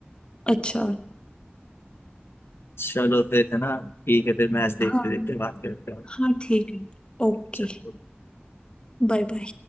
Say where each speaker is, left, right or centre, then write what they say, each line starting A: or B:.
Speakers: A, on the left (about 25°); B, on the left (about 75°).
A: अच्छा
B: चलो फिर है ना ठीक है फिर मैच
A: हाँ
B: देखते देखते बात करते हैं
A: हाँ ठीक है ओके
B: चलो
A: Bye bye